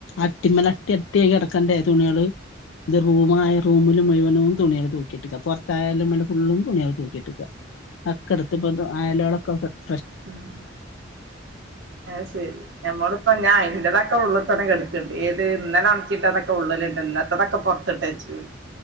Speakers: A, on the left; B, on the right.
A: അട്ടിമ്മല അട്ടി അട്ടി അയി കെടക്കണ്ടേ തുണികള് റൂമായ റമിൽ മുഴുവനും തുണിള് തൂക്കിട്ടക്ക പുറത്ത അയൽമ്മൽ ഫുള്ളും തുണികൾ തൂക്കിട്ടക്ക അക്കെട്ത്തപ്പൾതു അയലുകളൊക്കെ <unintelligible>
B: <inaudible> അഅ് സരി ഞമ്മളു <unintelligible> ഇന്റതൊക്കെ ഉള്ള് തന്നെ കെടക്ക്ണ്ട്. ഏത് ന്നലൊൺക്കിട്ടതൊക്ക ഉള്ളില്ണ്ട്. ന്നത്തതൊക്ക പൊർത്ത് ട്ടേച്ച്.. ഉം